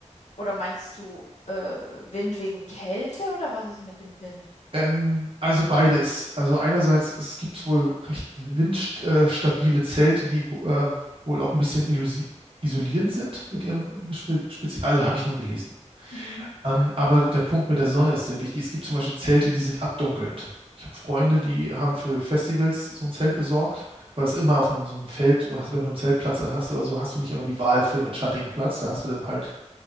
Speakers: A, on the left; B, on the right.
A: oder meinst du, äh, Wind wegen Kälte oder was ist mit dem Wind?
B: Ähm, also beides. Also einerseits, es gibt wohl recht windstabile Zelte, die wo- äh, wohl auch ein bisschen illusi- isolierend sind mit ihrem spe- spezi- Also habe ich nur gelesen.
A: Hm,
B: Ähm, aber der Punkt mit der Sonne ist sehr wichtig. Es gibt zum Beispiel Zelte, die sind abdunkelnd. Ich habe Freunde, die haben für Festivals so ein Zelt besorgt, weil es immer auf dem, so einem Feld, du hast- wenn du einen Zeltplatz hast oder so, hast du nicht immer die Wahl für einen schattigen Platz. Da hast du dann halt